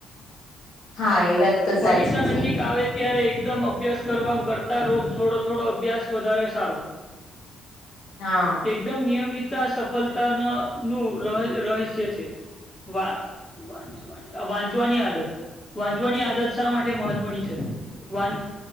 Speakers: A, on the left (about 90°); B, on the left (about 25°).
A: હા એ વાત તો
B: પરીક્ષા
A: સાચી છે
B: નજીક આવે. ત્યારે એકદમ અભ્યાસ કરવા કરતા રોજ થોડો થોડો અભ્યાસ વધારે સારો.
A: હા
B: એકદમ નિયમિત. સફળતાના નું રહ રહસ્ય છે. વા વાંચવાની વાંચવાની આદત. વાંચવાની આદત શા માટે મહત્વની છે વાંચ.